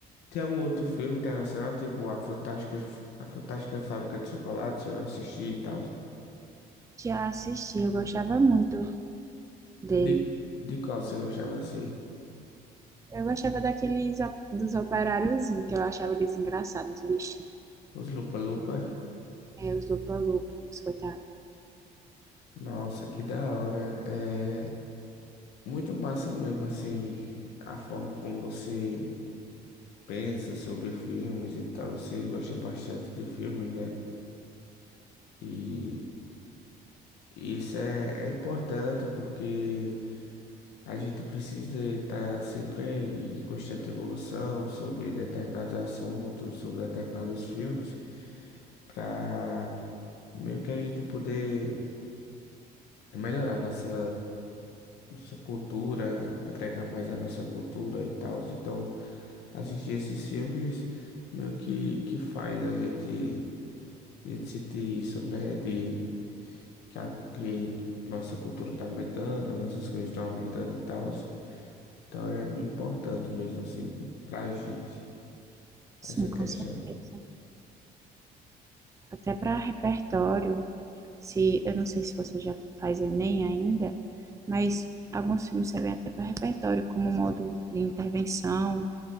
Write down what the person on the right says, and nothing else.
Já assisti, eu gostava muito dele.
Eu gostava daqueles op- dos operáriozinhos, que eu achava eles engraçados, os bichinhos.
É, os lupa-lupa, os coitados.
Sim,
com
certeza. Até para repertório, se eu não sei se você já faz Enem ainda, mas alguns filmes servem até para repertório, como modo de intervenção,